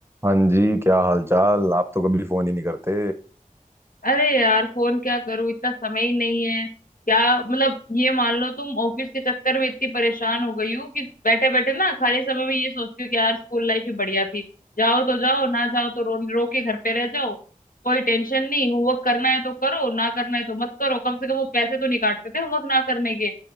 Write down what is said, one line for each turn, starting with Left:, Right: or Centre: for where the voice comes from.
Right: हाँ जी क्या हालचाल आप तो कभी फोन ही नहीं करते
Left: अरे यार फोन क्या करूं इतना समय ही नहीं है क्या मतलब ये मान लो तुम ऑफिस के चक्कर में इतनी परेशान हो गई हो कि बैठे बैठे ना खाली समय में ये सोचती हो कि यार स्कूल लाइफ ही बढ़िया थी जाओ तो जाओ ना जाओ तो रो रो के घर पे रह जाओ कोई टेंशन नहीं होमवर्क करना है तो करो ना करना है तो मत करो कम से कम वो पैसे तो नहीं काटते थे होमवर्क ना करने के